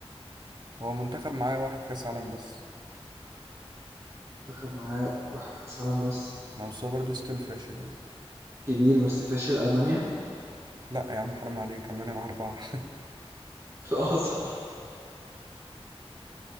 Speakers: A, on the right; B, on the right.
A: هو منتخب معاه واحد كاس عالم بس
B: منتخب معاه واحد كأس عالم بس
A: ما هو بس هو برضه ستيل فاشل يعني
B: كبير بس فاشل ألمانيا
A: لا يا عم حرام عليك المانيا معاه اربعة <laughs>
B: <laughs> اه صح